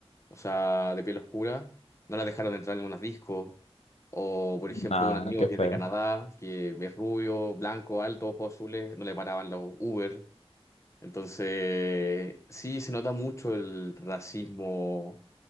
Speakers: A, on the left; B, on the left.
A: o sea, de piel oscura, no la dejaron entrar en algunos discos. O, por ejemplo,
B: Nada,
A: un amigo
B: qué
A: que
B: feo.
A: es de Canadá, que es rubio, blanco, alto, ojos azules, no le paraban los Uber. Entonces, sí, se nota mucho el racismo.